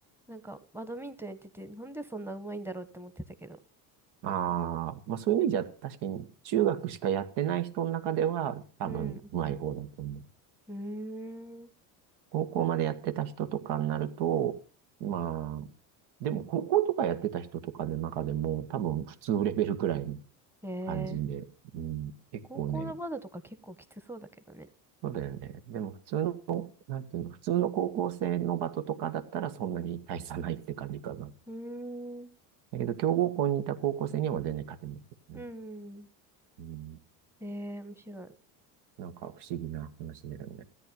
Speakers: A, in the centre; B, on the right (about 60°).
A: なんかバドミントンやってて、なんでそんなうまいんだろうって思ってたけど。
B: ああ、まあそういう意味じゃ確かに中学しかやってない人の中では多分うまい方だと思う。
A: やっぱ、うん。うーん。
B: 高校までやってた人とかになると、まあ、でも高校とかやってた人とかの中でも多分普通レベルくらいの
A: えー
B: 感じで、うん、結構ね、
A: 高校のバドとか結構きつそうだけどね。
B: そうだよね。でも普通の、なんていうの、普通の高校生のバトとかだったらそんなに大差ないって感じかな。
A: うーん。
B: だけど強豪校にいた高校生には全然勝てないけどね。
A: うん。
B: うん、
A: ええ、面白い。
B: なんか不思議な話だよね。